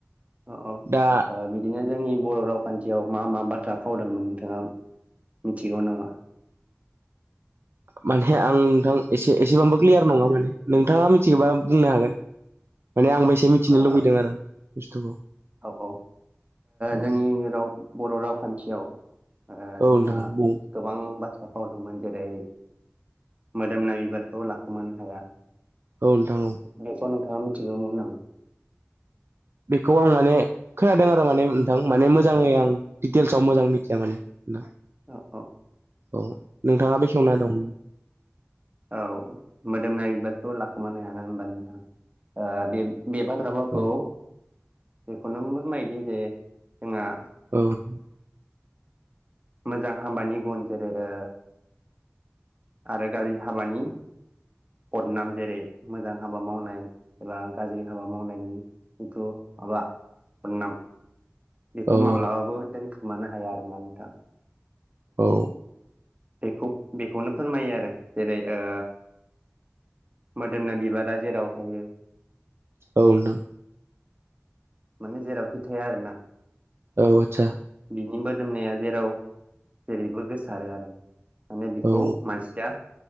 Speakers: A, on the right; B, on the right.
A: अ ओ
B: दा
A: बि बिदिनो जोंनि बर' रावखान्थियाव मा मा बाथ्रा फाव दंमोन नोंथाङा मिथिगौ नामा?
B: मानेे आं नोंथां एसे एसेबांबो क्लियार नङा माने नोंथाङा मिथिगौबा बुंनो हागोन। माने आंबो एसे मिथिनो
A: ओ
B: लुुबैदों आरो बुस्थुखौ।
A: औ औ ओ
B: औ
A: जोंनि राव बर' रावखान्थियाव ओ
B: औ
A: जोंहा
B: नोंथां बुं
A: गोबां बाथ्रा फाव दंमोन जेरै मोदोमनाय बिबारखौ लाखोमानो हाया।
B: औ नोंथां औ।
A: बेथ' नोथाङा मिथिगौमोन नामा?
B: बेखौ आं माने खोनादों आरो माने नोंथां माने मोजाङै आं डिटेल्सआव मोजां मिथिया माने नोंथां।
A: ओ
B: औ नोंथाङा बेखेवना दं।
A: औ मोदोमनाय बिबारखौ लाखोमानो हायाना होमबा नो ओ बे, बेे बाथ्रा बावखौ
B: औ
A: बेखौनो फोरमायोदि जे जोंहा
B: औ नोंथां।
A: मोजां हाबानि गुन जेरै ओ आरो गाज्रि हाबानि बदनाम जेरै मोजां हाबा मावनाय एबा गाज्रि हाबा मावनायनि जिथु माबा बदनाम बेखौ
B: औ
A: माब्लाबाबो दोनखोमानो हाया आरो ना नोंथां।
B: औ।
A: बेखौ बेखौनो फोरमायो आरो जेरै ओ मोदोमनाय बिबारा जेराव थायो
B: औ नोंथां।
A: माने जेरावखि थाया आरो ना।
B: औ आतसा।
A: बिनि मोदोमनाया जेराव जेरैबो गोसारो आरो। माने बेखौ
B: औ आदसा औ
A: मानसिया